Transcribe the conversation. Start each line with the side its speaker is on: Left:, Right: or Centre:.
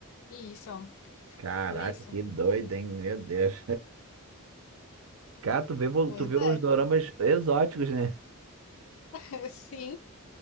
Left: E Isso,
Right: Caraca,
Left: por isso.
Right: que doido, hein? Meu Deus. Cara, tu vê,
Left: Pois
Right: tu vê
Left: é,
Right: os doramas exóticos, né?
Left: <laughs> sim,